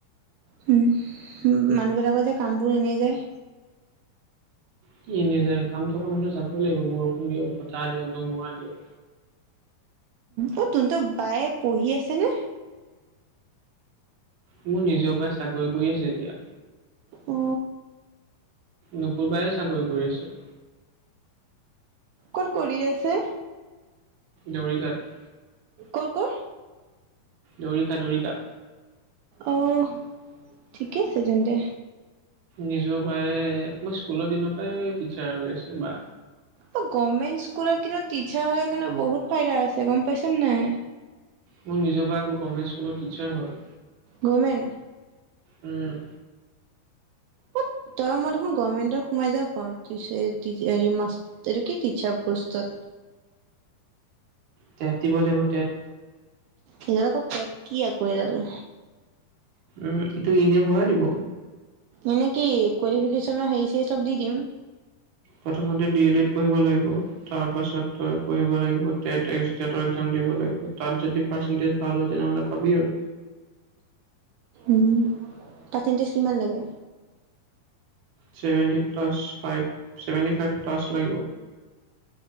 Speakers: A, on the right; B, on the right.
A: হুম উম, মানুহবিলাকৰ যে কামবোৰ এনেই যায়?
B: কি এনে যায় কাম থকা মানুহে যাবই লাগিব বৰষুণ দিয়ক, বতাহ দিয়ক, ধুমুহা দিয়ক?
A: অ তোন তো বায়ে পঢ়ি আছে নে?
B: মোৰ নিজৰ বাই চাকৰি কৰি আছে এতিয়া।
A: অ।
B: নুপুৰবাই চাকৰি কৰি আছে।
A: ক'ত কৰি আছে?
B: দৌৰিঘাট।
A: কৰ কৰ?
B: দৌৰিকা দৌৰিকা?
A: অঁহ, ঠিকে আছে যেন্তে।
B: নিজৰ বাই, মই স্কুলৰ দিনৰ পৰাই টিচাৰ হৈ আছে বা।
A: অ গভমেণ্ট স্কুলত কিন্তু টিচাৰ হ'লে কিন্তু বহুত ফাইদা আছে গম পাইছনে নাই?
B: মোৰ নিজৰ বাই আকৌ গভমেণ্ট স্কুলৰ টিচাৰ হয়।
A: গভমেণ্ট?
B: উম।
A: অত তই মই দেখোন গভমেন্টত সোমাই যাব পাৰ টিছে টিছে হেৰি মাষ এইটো কি টিচাৰ পোষ্টত।
B: তেট দিব লাগিব তেট।
A: হিঙাৰ আকৰ তেট কি আকৌ এইডাল।
B: উম এইটো এনে ভৰাই দিব।
A: এনে কি, কোৱালিফিকেশনৰ হেৰি চেৰি চব দি দিম।
B: প্ৰথমতে ডি এল এড পঢ়িব লাগিব। তাৰ পাছত তই পঢ়িব লাগিব টেত টেষ্টতৰ একজাম দিব লাগিব, তাত যদি পাৰ্চেন্টেজ ভাল হয় তেনেহ'লে পাবি আৰু।
A: উম, পাৰ্চেণ্টেজ কিমান লাগে?
B: Seventy plus five seventy five plus লাগিব।